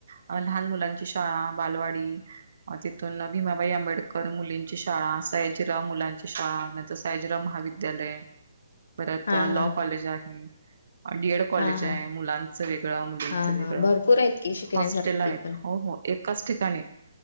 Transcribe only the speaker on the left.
हा
हा
हा हा
हा
हा भरपूर आहेत की शिकण्यासारखी
पण